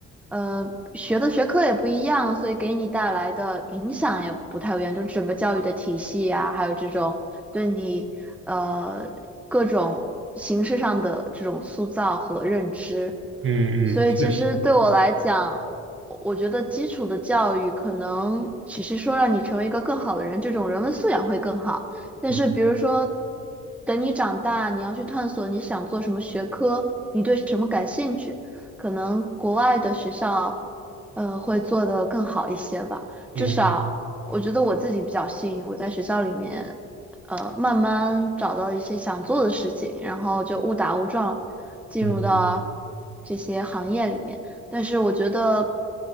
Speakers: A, in the centre; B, on the right (about 45°).
A: 呃，学的学科也不一样，所以给你带来的影响也不太一样，就是整个教育的体系呀，还有这种对你呃各种形式上的这种塑造和认知。
B: 嗯嗯，
A: 所以其实对我来讲，
B: 确实，
A: 我觉得基础的教育可能只是说让你成为一个更好的人，这种人文素养会更好。但是比如说，
B: 嗯
A: 等你长大，你要去探索你想做什么学科，你对什么感兴趣。可能国外的学校，呃，会做得更好一些吧。
B: 嗯
A: 至少我觉得我自己比较幸运，我在学校里面，呃，慢慢找到一些想做的事情，然后就误打误撞进入到
B: 嗯
A: 这些行业里面。但是我觉得，